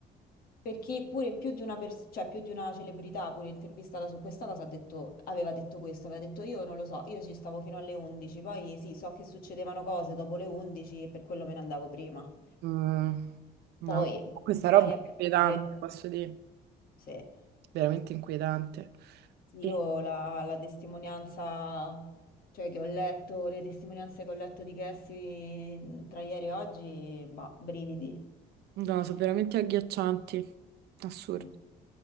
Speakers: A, on the left; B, on the right.
A: Perché pure più di una, pers- cioè più di una celebrità, pure intervistata su questa cosa, ha detto, aveva detto questo, aveva detto io non lo so, io ci stavo fino alle 11, poi sì, so che succedevano cose dopo le 11 e per quello me ne andavo prima.
B: Mm, no,
A: Poi
B: questa roba
A: vai a
B: è inquietante,
A: capire
B: posso dire,
A: se
B: veramente inquietante.
A: sì,
B: E-
A: io la, la testimonianza, cioè che ho letto, le testimonianze che ho letto di Cassie mm, tra ieri e oggi, bah, brividi.
B: no, sono veramente agghiaccianti, assurdi.
A: Mm.